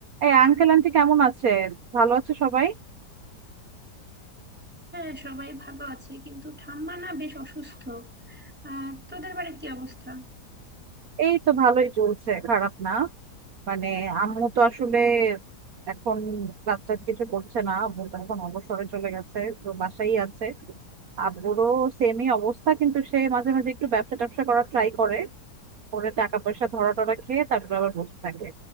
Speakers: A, on the right; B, in the centre.
A: এই uncle auntie কেমন আছে ভালো আছে সবাই
B: হ্যাঁ সবাই ভালো আছে কিন্তু ঠাম্মা না বেশ অসুস্থ আহ তোদের বাড়ির কি অবস্থা
A: এই তো ভালোই চলছে খারাপ না মানে আম্মু তো আসলে এখন কাজ টাজ কিছু করছে না আম্মু তো এখন অবসরে চলে গেছে তো বাসাই আছে আব্বুরও সেমই অবস্থা কিন্তু সে মাঝে মাঝে একটু ব্যবসা ট্যাবসা করার ট্রাই করে করে টাকা পয়সা ধরা টরা খেয়ে তারপরে আবার বসে থাকে